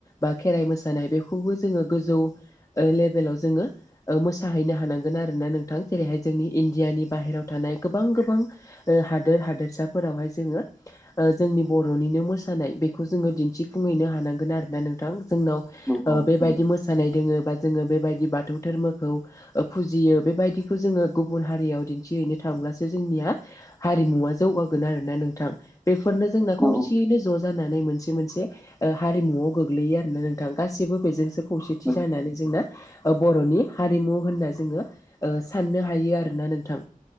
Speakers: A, on the left (about 25°); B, in the centre.
A: बा खेराइ मोसानाय बेखौबो जोङो गोजौ ओ लेभेलाव जोङो ओ मोसाहैनो हानांगोन आरोना नों थां जेरैहाय जोंनि इण्डियानि बाहेरायाव थानाय गोबां गोबां ओ हादोर हादोरसाफोरावहाय जोङो ओ जोंनि बर'निनो मोसानाय बेखौ जोङो दिन्थिफुंहैनो हानांगोन आरोना नोंथां जोंनाव
B: औ
A: ओ बेबायदि मोसानाय दोङ बा जोङो बेबायदि बाथौ धोरमोखौ फुजियो बेबायदिखौ जोङो गुबुन हारियाव दिन्थिहैनो थांब्लासो जोंनिया हारिमुवा जौगागोन आरो ना नोंथां बेफोरनो जोंना खौसेयैनो
B: औ
A: ज' ज जानानै मोनसे मोनसे हारिमुआव गोलैयो आरोना नोंथां गासिबो बेजोंसो खौसेथि
B: औ
A: जानानै जोंना ओ बर'नि हारिमु होननानै जोंङो ओ साननो हायो आरोना नोंथां